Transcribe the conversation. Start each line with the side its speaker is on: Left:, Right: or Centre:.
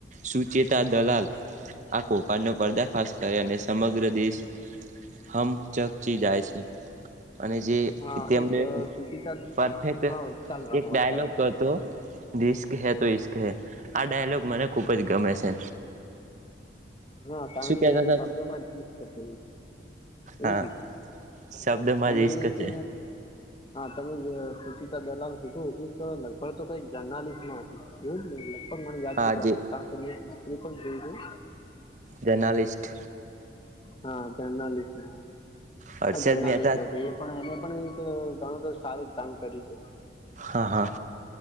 Right: સુચેતા દલાલ આ કૌભાંડનો પર્દાફાશ કરે અને સમગ્ર દેશ હમ ચકચી જાય છે અને જે
Left: હા
Right: તેમને
Left: એ સુચિતા
Right: પરફેક્ટ
Left: હા ચાલુ રાખો
Right: એક
Left: વાત
Right: ડાયલોગ
Left: ચાલુ રાખો
Right: હતો રિસ્ક હે તો ઇશ્કસ હે આ ડાયલોગ મને ખૂબ જ ગમે છે
Left: હા કારણ
Right: શું
Left: કે
Right: કેતા હતા
Left: એ શબ્દો ઇશ્કસ
Right: હા
Left: છે
Right: શબ્દમાં
Left: અને
Right: જ ઇશ્ક
Left: હ
Right: છે
Left: તમે જે દલાલ કીધું એક લગભગ તો કઈક જર્નાલિસ્ટ ન હતી એવું જ ન પણ મને યાદ
Right: હા
Left: છે કારણ
Right: જે
Left: કે એ પણ જવું
Right: જર્નાલિસ્ટ
Left: હા <inaudible>
Right: હર્ષદ
Left: હા જર્નાલિસ્ટ
Right: મહેતા
Left: હતી એ પણ એને પણ એક ગણું તો સારું જ કામ કર્યું છે
Right: હા હા